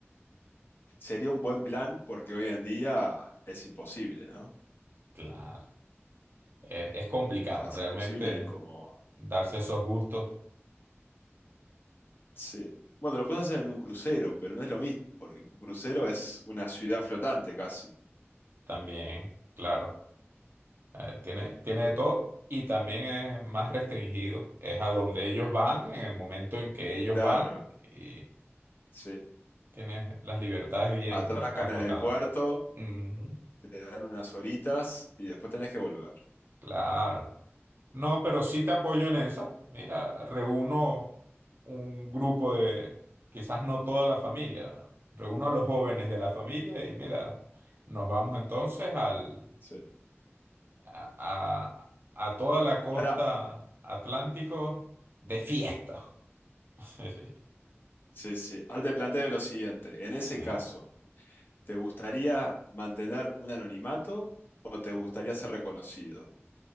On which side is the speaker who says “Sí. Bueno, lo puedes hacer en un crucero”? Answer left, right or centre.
Left